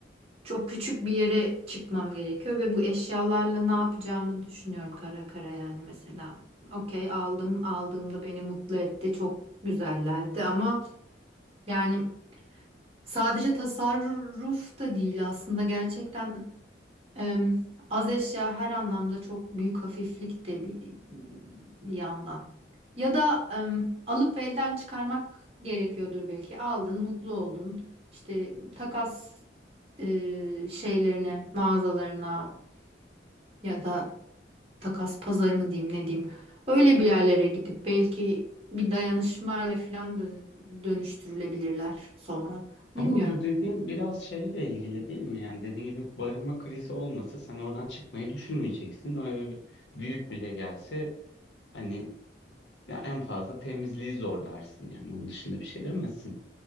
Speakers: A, on the right (about 30°); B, on the left (about 70°).
A: çok küçük bir yere çıkmam gerekiyor ve bu eşyalarla ne yapacağımı düşünüyorum kara kara yani mesela. Okey aldım aldığımda beni mutlu etti çok güzellerdi ama yani sadece tasarruf da değil aslında gerçekten Em, az eşya her anlamda çok büyük hafiflik de bir, bir yandan. Ya da em, alıp elden çıkarmak gerekiyordur belki. Aldın, mutlu oldun. İşte takas e, şeylerine, mağazalarına ya da takas pazarı mı diyeyim ne diyeyim. Öyle bir yerlere gidip belki bir dayanışmayla falan dön- dönüştürülebilirler sonra.
B: Ama
A: Bilmiyorum.
B: bu dediğin biraz şeyle ilgili değil mi? Yani dediğin gibi barınma krizi olmasa sen oradan çıkmayı düşünmeyeceksin. O ev büyük bile gelse hani ya en fazla temizliği zor dersin yani onun dışında bir şey demezsin.